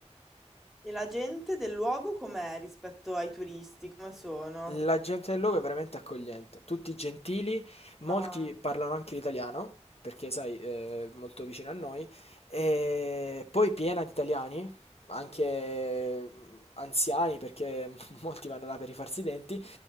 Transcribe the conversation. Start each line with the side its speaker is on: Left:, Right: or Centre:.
Centre: E la gente del luogo com'è rispetto ai turisti? Come sono?
Left: La gente del luogo è veramente accogliente, tutti gentili, molti
Centre: Ah.
Left: parlano anche l'italiano, perché sai, è molto vicino a noi, e poi piena di italiani, anche mm, anziani, perché <laughs> molti vanno là per rifarsi i denti,